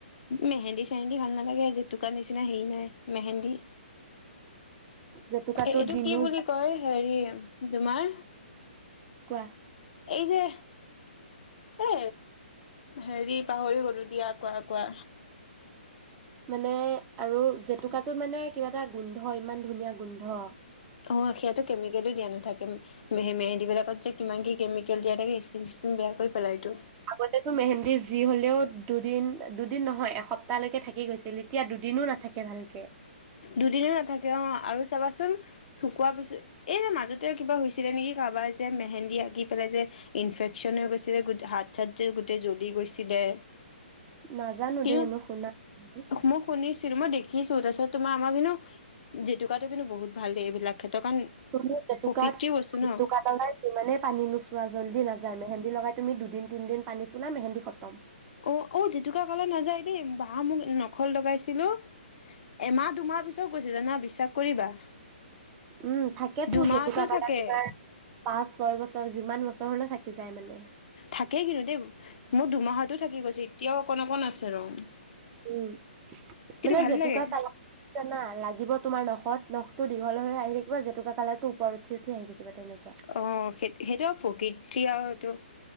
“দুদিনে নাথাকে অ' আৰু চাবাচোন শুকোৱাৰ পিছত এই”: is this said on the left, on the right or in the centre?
Left